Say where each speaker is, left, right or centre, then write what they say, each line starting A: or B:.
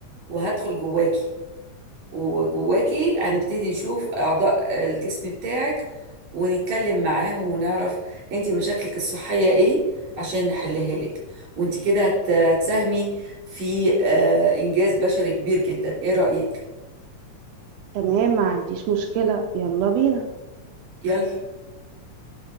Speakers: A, on the right (about 65°); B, on the right (about 75°).
A: وهدخل جواكي وجواكي هنبتدي نشوف اعضاء الجسم بتاعك ونتكلم معاهم ونعرف انتي مشاكلك الصحيه ايه عشان نحلها لك وانتي كده هت- هتساهمي في آه انجاز بشري كبير جدا ايه رايك
B: تمام ما عنديش مشكلة يلا بينا
A: يلا